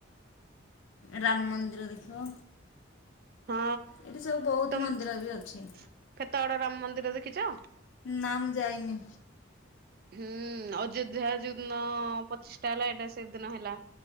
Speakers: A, on the left; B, on the right.
A: ରାମ ମନ୍ଦିର ଦେଖିବ।
B: ହଁ
A: ଏଠି ସବୁ ବହୁତ
B: ତମ
A: ମନ୍ଦିର ବି ଅଛି
B: <inaudible> କେତେ ବଡ ରାମ ମନ୍ଦିର ଦେଖିଛ?
A: ନାମୁଁ ଯାଇନି।
B: ହୁଁ ଅଯୋଧ୍ୟା ଯୋଉଦିନ ପଚିଶ ଟା ହେଲା ଏଇଟା ସେଇଦିନ ହେଲା।